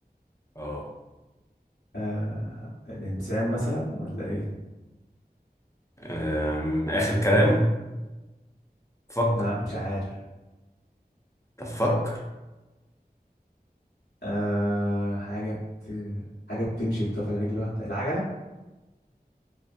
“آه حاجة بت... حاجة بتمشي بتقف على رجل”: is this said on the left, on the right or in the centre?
Left